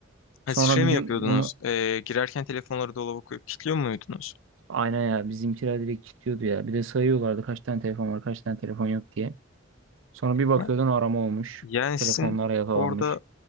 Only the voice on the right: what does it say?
Sonra
bir
gün
bunu
Aynen ya bizimkiler direkt kilitliyordu ya. Bir de sayıyorlardı kaç tane telefon var kaç tane telefon yok diye. Sonra bir bakıyordun
arama olmuş.
Telefonlar
yakalanmış.